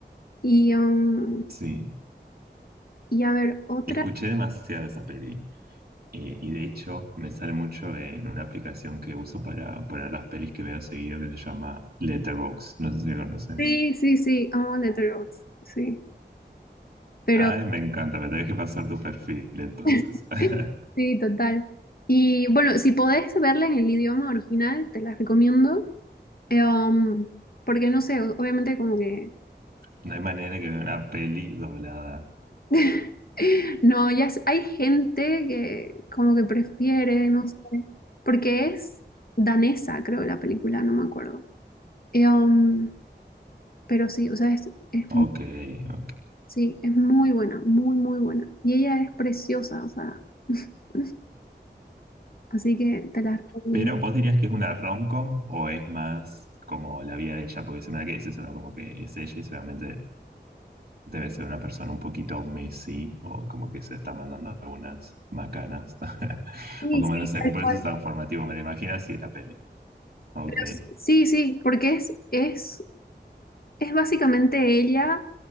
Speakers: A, on the left; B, on the right.
A: Y, um,
B: sí.
A: y a ver, otra.
B: Escuché demasiado esa peli. Eh, y de hecho me sale mucho en una aplicación que uso para poner las pelis que veo seguido que se llama Letterboxd. No sé si la conoces.
A: Sí, sí, sí, amo Letterboxd, sí. Pero
B: Ay, me encanta, me tenés que pasar tu perfil entonces.
A: <laughs>
B: <laughs>
A: sí, total. Y bueno, si podés verla en el idioma original, te la recomiendo. Eh, um, porque no sé, o- obviamente como que...
B: No hay manera que vea una peli doblada.
A: <laughs> No, ya sé, hay gente que como que prefiere, no sé. Porque es danesa, creo, la película, no me acuerdo. Eh, um, pero sí, o sea, es, es
B: Ok, ok.
A: Sí, es muy buena, muy, muy buena. Y ella es preciosa, o sea, <laughs> así que te la recomiendo.
B: Pero vos dirías que es una rom-com o es más como la vida de ella, porque se me da que es eso, ¿no? Como que es ella y seguramente Debe ser una persona un poquito Messi o como que se está mandando algunas macanas. <laughs>
A: Sí,
B: O como no
A: sí,
B: sé,
A: tal
B: un proceso
A: cual.
B: transformativo, me lo imagino así la peli. Ok,
A: yo Sí, sí, sí, porque es, es, es básicamente ella